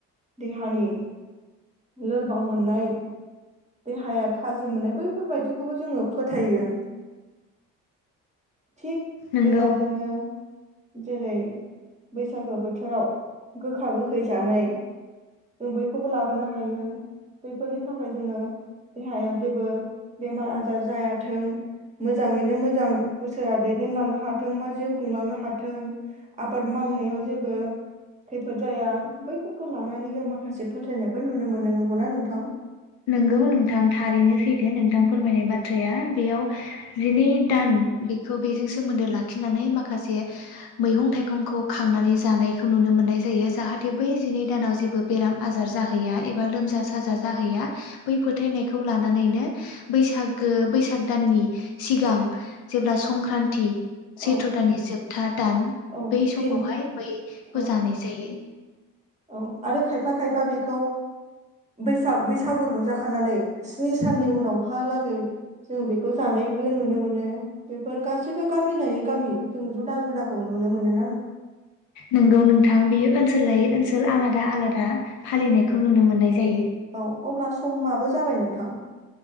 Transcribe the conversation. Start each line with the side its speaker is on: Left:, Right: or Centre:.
Right: देहानि लोरबां मोननाय देहाया थाजिम मोननाय बैफोरबायदिखौबो जोङो फोथायो। थिग
Left: नंगौ
Right: बेबादिनो जेरै बैसागो बोथोराव गोखा गोखै जानाय जों बयखौबो लाबोनो हायो बैफोरनि थाखाय जोङो देहायाव जेबो बेमार आजार जायाथों मोजाङैनो मोजां बोसोरा दैदेनलांनो हाथों बा जिउ खुंलांनो हाथों आबाद मावनायाव जेबो खैफोद जाया बैफोरखौ लानानै जों माखासे फोथायनायफोर नुनो मोनो नंगौना नोंथां?
Left: नोंगौ नोंथां थारैनो सैदो नोंथां फोरमायनाय बाथ्राया बेयाव जिनै दान बेखौ बेजों सोमोन्दो लाखिनानै माखासे मैगं थाइगंखौ खांनानै जानायखौ नुनो मोननाय जायो जाहाथे बै जिनै दानाव जेबो बेराम आजार जाहैया एबा लोमजा साजा जाहैया बै फोथायनायखौ लानानैनो बैसागो बैसाग दाननि सिगां जेब्ला संक्रान्ति
Right: औ
Left: सेैथ्र' दानानि जोबथा दान
Right: औ
Left: बै
Right: दिन
Left: समावहाय बैखौ
Right: औ
Left: जानाय जायो।
Right: औ आरो खायफा खायफा बेखौ बैसाग बैसागु रंजाखानानै स्नि साननि उनावहालागै जों बेखौ जानायबो नुनो मोनो बेफोर गासैबो गामि लायै गामि जों जुदा जुदाखौ नुनो मोनो
Left: नंगौ नोंथां बियो ओनसोल लायो ओनसोल आलादा आलादा फालिनायखौ नुनो मोननाय जायो
Right: औ अब्ला समाबो जाबाय नोंथां